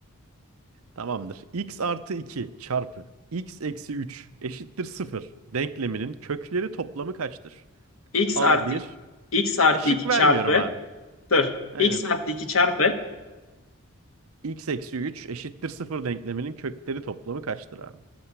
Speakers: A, on the right; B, on the left.
A: Tamamdır. x artı 2 çarpı x eksi 3 eşittir 0 denkleminin kökleri toplamı kaçtır?
B: X
A: a
B: artı
A: bir,
B: X artı
A: E, şık
B: 2
A: vermiyorum
B: çarpı
A: abi.
B: dur.
A: Aynen.
B: X artı 2 çarpı
A: x eksi 3 eşittir 0 denkleminin kökleri toplamı kaçtır abi?